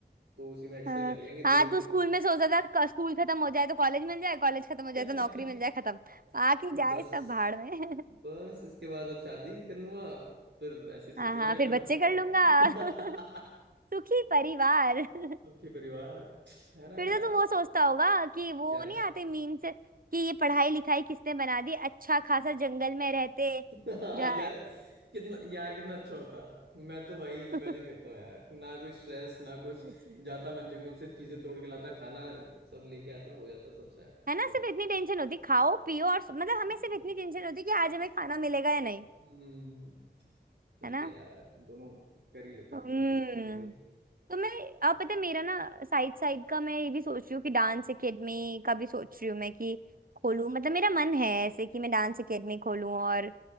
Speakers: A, on the right; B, on the right.
A: तो उसी में एक्सेल
B: हाँ
A: कर लेंगे
B: हाँ,
A: धीरे
B: तू
A: धीरे
B: स्कूल में सोचता था क- स्कूल खत्म हो जाए तो कॉलेज मिल जाए कॉलेज खत्म हो जाए
A: <laughs>
B: तो नौकरी मिल जाए खत्म आके
A: बस
B: जाए सब भाड़ में <laughs>
A: बस इसके बाद अब शादी कर लूंगा फिर ऐसे ही चलता
B: हाँ हाँ
A: जाएगा
B: फिर
A: फिर
B: बच्चे
A: कौन?
B: कर लूंगा <laughs>
A: <laughs>
B: सुखी परिवार <laughs>
A: दुखी परिवार है ना
B: फिर
A: यार
B: तो तू वो सोचता होगा कि वो
A: क्या
B: नहीं आते मीम से कि ये पढ़ाई लिखाई किसने बना दी अच्छा खासा जंगल में रहते
A: हाँ
B: जा
A: यार कितना यार कितना अच्छा होता मैं तो भाई
B: <laughs>
A: इमेजिन करता हूँ यार ना कोई स्ट्रेस ना कुछ
B: अच्छा
A: जाता मैं जंगल से चीजें तोड़ के लाता खाना सब लेके आता हो जाता सबसे
B: है ना
A: सॉर्ट
B: सिर्फ इतनी टेंशन होती खाओ पियो और मतलब हमें सिर्फ
A: तो
B: इतनी टेंशन होती कि आज हमें खाना मिलेगा या नहीं
A: हम्म सही
B: है ना
A: है यार दोनों कर ही लेते
B: हम्म
A: कुछ ना कुछ उसमें भी
B: तो मैं अब पता है मेरा ना साइड साइड का मैं ये भी सोच रही हूँ कि डांस एकेडमी का भी सोच रही हूँ मैं कि खोलूँ मतलब मेरा मन है ऐसे कि मैं डांस एकेडमी खोलूँ और